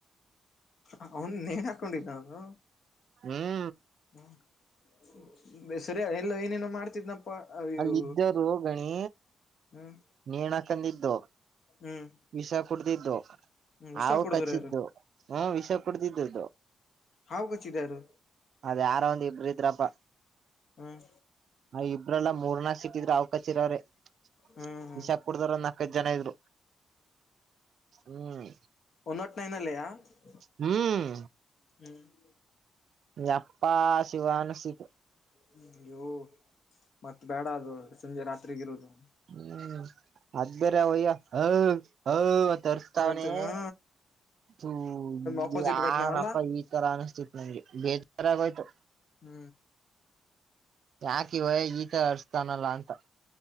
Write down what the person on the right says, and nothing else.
ಹ್ಮ್. <inaudible>
ಅಲ್ಲ ಇದ್ದವರು ಗಣಿ
ನೇಣ ಹಾಕೊಂಡಿದ್ದು
ವಿಷ ಕುಡ್ದಿದ್ದು,
ಹಾವು
ಕಚ್ಚಿದ್ದು.
ಹಾ ವಿಷ ಕುಡ್ದೀದ್ದು.
ಅದ ಯಾರೋಒಂದ್ ಇಬ್ಬರು ಇದ್ರಪ್ಪ.
ಹ ಇಬ್ರಲ್ಲ ಮೂರ್ನಾಕ ಸಿಕ್ಕಿದ್ರೆ ಹಾವ್ ಕಚ್ಚಿದವರೆವಿಷಕ್.
ಕುಡದಾರ ಒಂದು ನಾಕೈದ ಜನ ಇದ್ದರು. ಹ್ಮ್
ಹ್ಮ್,
ಯಪ್ಪ ಶಿವ ಅನಿಸಿತ
ಹ್ಮ್ ಅದ ಬೇರೆ ಅವಯ್ಯ <unintelligible> ಹ ಹ್ ಅರತರ್ವಣಿ
ಹ,
ಈ
ಯಾರಪ್ಪ
ಈ ತರ ಅನಸ್ತಿತ್ತು ನಂಗೆ ಬೇಜಾರಾಗೋಯ್ತು.
ಯಾಕ ಈವಯಾ ಈತರ ಅರರ್ಸ್ತಾನಲ್ಲಾ ಅಂತ.